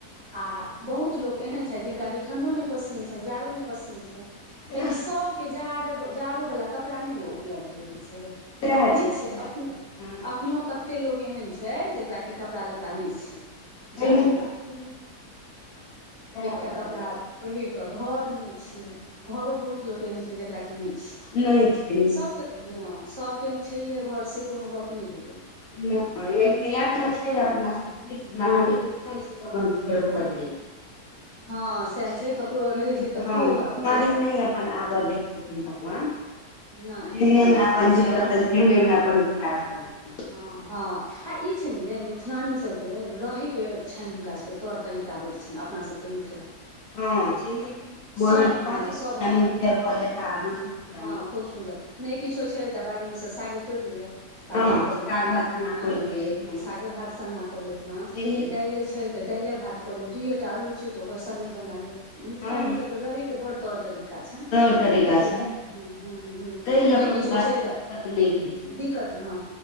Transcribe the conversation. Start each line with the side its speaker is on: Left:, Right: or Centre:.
Right: आ बहुत लोक एहन छथि जिनका कि ठण्डो नहि पसीन छनि जाड़ो नहि पसिन छैन कियाकि
Left: छै
Right: सभके जाड़ जाड़ो वाला कपड़ा नहि ने उपलब्ध रहै छै
Left: सएह
Right: नहि छै
Left: सएह हँ
Right: एखनो कते लोग एहन छै छै जेकरा कि कपड़ा लत्ता नहि छै
Left: छैहे
Right: जाड़ बला
Left: की छैहे की सएह
Right: एकटा
Left: भऽ रहल
Right: कपड़ा पहिर कऽ घर नै छै घरो बहुत लोक एहन छै जकरा कि कि नहि छै
Left: नहि छै
Right: सबके हँ सबके छैहे घर से कोनो गप नहि भेलै
Left: नहि एक एकटा छै अपना सब दिस जे अहाँ के किननो छी तऽ अपन गुजर भऽ जाइ छै
Right: हँ सएह छै ककरो
Left: उ
Right: रहै
Left: नै छै
Right: तऽ
Left: हं
Right: खूब
Left: भुखमरी
Right: आ ककरो
Left: नहि अपन आब दै छै भगवान
Right: नहि
Left: जेहनेमे
Right: से नहि
Left: अपन
Right: छथिन से
Left: जे रहल तेहने मे अपन गुजारा कऽ लेलक
Right: ह हँ आ ई छै ने यै मिथिलानी सबके रहैके छनि हुनका सबके तौर तरीका बड छनि अपना सबके मिथिला
Left: हँ छैहे कि मोहन
Right: सभ
Left: पाँचे
Right: हँ
Left: रुपैयामे
Right: सभ
Left: गुजर क लेता आ दशो रुपैया
Right: हँ खूब सुन्दर नहि किछो छै तऽ बाड़ी मे स सागे तोड़ि लिअ सागे
Left: हँ
Right: कऽ
Left: साग
Right: लेब
Left: भात सन्ना
Right: हँ
Left: कहलियै एक नम्बर
Right: सागे भात सन्ना कऽ लेब हँ
Left: छैहे कि।
Right: दाइले छै तऽ दाइले भात कऽ लेब दुइये टा आलू छै त ओकर सन्ने बना लेब मिथिलानी
Left: हँ
Right: सबके रहै के बड़ तौर तरीका का छनि
Left: तौर तरीका
Right: हुनका सभके
Left: छनि
Right: तैं क हुं हुं हुं
Left: ताहि लऽ
Right: नहि
Left: कऽ हुनका
Right: किछो छै
Left: से
Right: तऽ
Left: दिक्कत नहि होइ
Right: हँ
Left: छै
Right: दिक्कत हँ